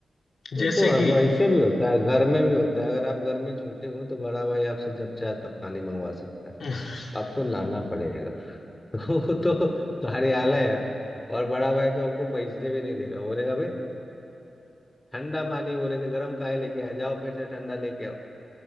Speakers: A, on the left; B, on the left.
A: वो
B: जैसे
A: तो
B: कि
A: अब ऐसे भी होता है घर में भी होता है अगर आप घर में छोटे हो तो बड़ा भाई आपसे जब चाहे तब पानी मंगवा सकता है
B: <laughs>
A: आपको लाना पड़ेगा <laughs> वो तो कार्यालय है और बड़ा भाई तो आपको पैसे भी नहीं देगा बोलेगा भाई ठंडा पानी बोले थे गर्म काहे लेके आ जाओ फिर से ठंडा लेके आओ